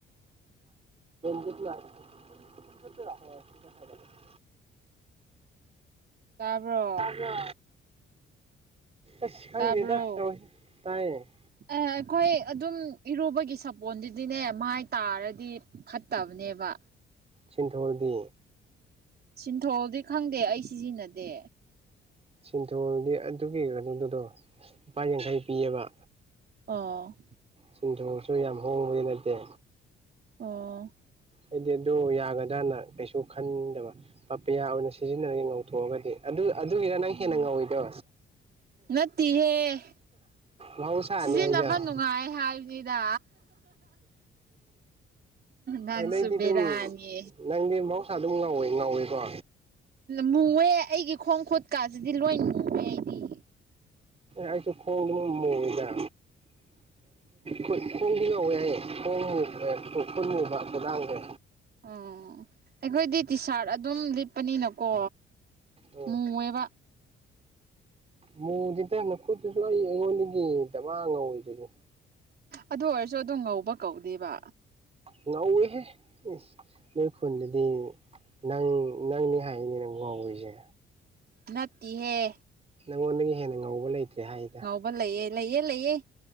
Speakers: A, on the right (about 30°); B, on the right (about 55°).
A: ꯊꯄꯅꯤ <inaudible> <inaudible>
B: ꯇꯥꯕ꯭ꯔꯣ
A: ꯆ ꯑꯁ ꯈꯥꯟꯒꯦꯗ
B: ꯇꯥꯕ꯭ꯔꯣ
A: ꯌꯥꯎ ꯇꯏꯌꯦ <inaudible>
B: ꯑꯩꯈꯣꯏ ꯑꯗꯨꯝ ꯏꯔꯨꯕꯒꯤ ꯁꯥꯄꯣꯟꯗꯨꯗꯤꯅꯦ ꯃꯥꯏ ꯇꯥꯔꯗꯤ ꯐꯠꯇꯕꯅꯦꯕ
A: ꯁꯤꯟꯊꫭꯜꯗꯤ
B: ꯁꯤꯟꯊꯣꯜꯗꯤ ꯈꯪꯗꯦ ꯑꯩ ꯁꯤꯖꯤꯟꯅꯗꯦ
A: ꯁꯤꯟꯊꯣꯜꯗꯤ ꯑꯗꯨꯒꯤ ꯀꯩꯅꯣꯗꯨꯗꯣ ꯂꯨꯄꯥ ꯌꯥꯡꯈꯩ ꯄꯤꯌꯦꯕ
B: ꯑꯣ
A: ꯁꯤꯟꯊꯣꯜꯁꯨ ꯌꯥꯝ ꯍꯣꯡꯕꯗꯤ ꯅꯠꯇꯦ
B: ꯑꯣ
A: ꯑꯩꯗꯤ ꯑꯗꯨ ꯌꯥꯒꯗ꯭ꯔꯥꯅ ꯀꯩꯁꯨ ꯈꯟꯗꯕ ꯄꯄꯌꯥ ꯑꯣꯏꯅ ꯁꯤꯖꯤꯟꯅꯔꯒꯦ ꯉꯧꯊꯣꯛꯑꯒꯗꯤ ꯑꯗꯨ ꯑꯗꯨꯒꯤꯅ ꯅꯪ
B: ꯎꯝ
A: ꯍꯦꯟꯅ ꯉꯧꯋꯤꯗꯣ
B: ꯅꯠꯇꯦꯍꯦ
A: ꯃꯍꯧ ꯁꯅꯤ
B: ꯁꯤꯖꯤꯟꯅꯕ
A: ꯍꯥꯏ ꯏꯗ <inaudible>
B: ꯅꯨꯡꯉꯥꯏ ꯍꯥꯏꯕꯅꯤꯗ ꯅꯪꯁꯨ
A: ꯍꯣꯢ ꯅꯪꯗꯤ
B: ꯕꯦꯔꯥꯅꯤ
A: ꯑꯗꯨꯝ ꯃꯍꯧꯁꯥ ꯑꯗꯨꯝ ꯉꯥꯎꯋꯦ ꯉꯥꯎꯋꯦꯀꯣ
B: ꯃꯨꯑꯦ ꯑꯩꯒꯤ ꯈꯣꯡ ꯈꯨꯠꯀꯥꯁꯤꯗꯤ ꯂꯣꯏ ꯃꯨꯋꯦ ꯑꯩꯗꯤ
A: ꯑꯩꯁꯨ ꯈꯣꯡ ꯃꯨꯑꯦꯏꯗ ꯈꯨꯠ ꯈꫭꯡꯗꯤ ꯉꯥꯎꯑꯦ ꯑꯩ ꯈꫭꯡ ꯈꯨꯠ ꯃꯨꯕ ꯈꯨꯗꯥꯡꯁꯦ
B: ꯑꯣ ꯑꯩꯈꯣꯏꯗꯤ ꯇꯤ ꯁꯥꯔꯠ ꯑꯗꯨꯝ ꯂꯤꯞꯄꯅꯤꯅꯀꯣ
A: ꯎꯝ
B: ꯃꯨ ꯑꯦꯕ
A: ꯃꯨꯗꯤꯗ ꯅꯈꯨꯠꯇꯨꯁꯨ ꯑꯩ ꯑꯩꯉꯣꯟꯗꯒꯤ ꯗꯃꯥ ꯉꯧꯔꯤꯗꯨꯗꯤ
B: ꯑꯗꯨ ꯑꯣꯏꯔꯁꯨ ꯑꯗꯨꯝ ꯉꯧꯕ ꯀꯧꯗꯦꯕ
A: ꯉꯧꯋꯦꯍꯦ ꯏꯁ ꯅꯣꯏ ꯈꯨꯟꯗꯗꯤ ꯅꯪ ꯅꯪꯅꯤ ꯍꯥꯏꯅꯤ ꯅꯪ ꯋꯥꯏꯁꯦ
B: ꯅꯠꯇꯤꯍꯦ
A: ꯅꯉꯣꯟꯗꯒꯤ ꯍꯦꯟꯅ ꯉꯧꯕ ꯂꯩꯇ꯭ꯔꯦ ꯍꯥꯏꯗ
B: ꯂꯩꯌꯦꯦ ꯂꯩꯑꯦ ꯂꯩꯌꯦꯦ